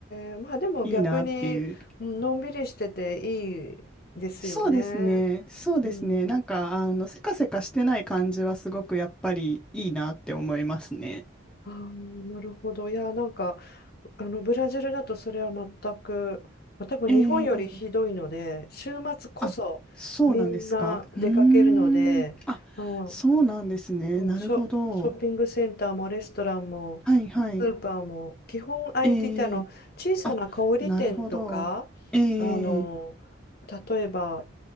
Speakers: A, on the left; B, in the centre.
A: え、まあでも逆に、
B: いいなっていう。
A: うんのんびりしてていいですよね。
B: そうですね。そうですね。
A: うん。
B: なんか、あの、せかせかしてない感じはすごくやっぱりいいなって思いますね。
A: ああ、なるほど。いや、なんか、あの、ブラジルだとそれは全く、まあ、多分日本よりひどいので、
B: ええ
A: 週末こそみんな出かけるので、
B: あ、そうなんですかうーん。あ、
A: まあ
B: そうなんですね。
A: そうショ、
B: なるほど。
A: ショッピングセンターもレストランも
B: はいはい。
A: スーパーも基本空いていてあの小さな小売店とかあの
B: ええあ、なるほど。ええ
A: 例えば